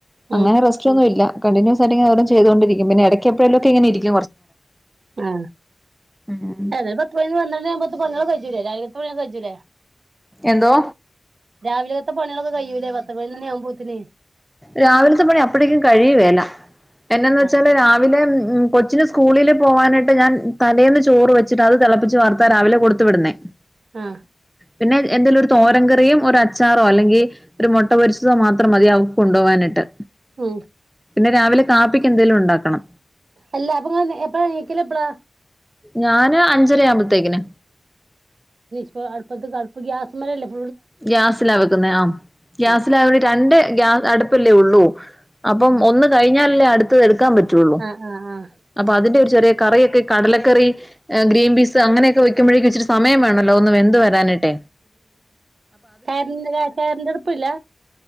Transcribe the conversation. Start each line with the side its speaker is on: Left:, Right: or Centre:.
Centre: അങ്ങനെ
Right: ഉം
Centre: റെസ്റ്റോന്നുല്ല കണ്ടിന്യൂസ് ആയിട്ട് ചെയതുകൊണ്ടരിക്ക പിന്നെ എടക്കപ്പഴൊക്കെ എങ്ങനരിക്കും
Right: ആ
Centre: ഉം
Right: എത പത്ത് പതിന വ പത്ത് പ <unintelligible> കജൂ കജൂര
Centre: എന്തോ
Right: രാവിലെത്തെ പണികളൊക്കെ കഴയുല്ലേ പത്തമണി ആകുമ്പോ ത്തിന്.
Centre: രാവിലത്തെ പണി അപ്പഴേക്കും കഴിയുവേല എന്നന്നവെച്ചാല്
Right: ആഹ്
Centre: രാവിലെ ഉം കൊച്ചിന് സ്കൂളില് പോകാനായിട്ട് ഞാൻ തലേന്ന് ചോറ് വെച്ച് അത് തിളപ്പിച്ച് വാർത്താ രാവിലെ കൊടുത്ത് വിടുന്നേ
Right: ആഹ്
Centre: പിന്നെ എന്തെങ്കിലും ഒരു തോരങ്കറിയും ഒരു അച്ചാറോ അല്ലെങ്കിൽ ഒരു മുട്ട പൊരിച്ചതോ മാത്രം മതി അവൾക്ക് കൊണ്ടുപോകാനിട്ട്.
Right: ഉം
Centre: പിന്നെ രാവിലെ കാപ്പിക്ക് എന്തെലും ഉണ്ടാക്കണം
Right: അല്ല അപ്പൊ എപ്പഴാ നീക്കല എപ്പഴാ
Centre: ഞാന് അഞ്ചര ആവുമ്പോത്തേക്കിന്
Right: പ്പൊ അപ്പ അ ഗ്യാ <inaudible>
Centre: ഗ്യാസില വെക്കുന്ന ആ ഗ്യാസിലകേണ്ടി
Right: ആഹ്
Centre: രണ്ട് ഗ്യാസ് അടുപ്പല്ലേ ഉള്ളൂ അപ്പം
Right: ആഹ്
Centre: ഒന്ന് കഴിഞ്ഞാലല്ലേ അടുത്തത് എടുക്കാൻ പറ്റും
Right: ആഹ് ആഹ് ആഹ്
Centre: ആ ആ ചെറിയ കറിയൊക്കെ കടലക്കറി ഗ്രീൻ പീസ് അങ്ങനെയൊക്കെ വക്കുമ്പോഴേക്കും ഇച്ചി സമയമാണ് ല്ല ഒന്നും എന്ത് വരാനിട്ടെ
Right: കയറിറെ കയറിന്റെ അടുപ്പല്ല